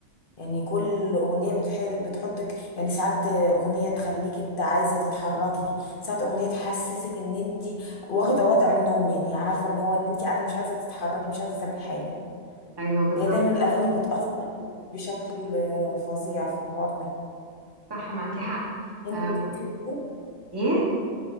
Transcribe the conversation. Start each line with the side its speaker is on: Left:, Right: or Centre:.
Left: يعني كل أغنية بتح... بتحطك يعني ساعات أغنية تخليكي ت- عايزة تتحركي ساعات أغنية تحسسك إن أنتي واخدة وضع النوم يعني عارفة إن هو إن أنتي قاعدة مش عايزة تتحركي مش عايزة تعملي حاجة
Right: ايوه بالظبط
Left: هي دايما
Right: خلاص
Left: الأغاني بتأثر بشكل آه، فظيع في الحوار ده
Right: صح معاكي حق
Left: أنتي
Right: آه
Left: بتحسي
Right: وف...
Left: كده؟
Right: ايه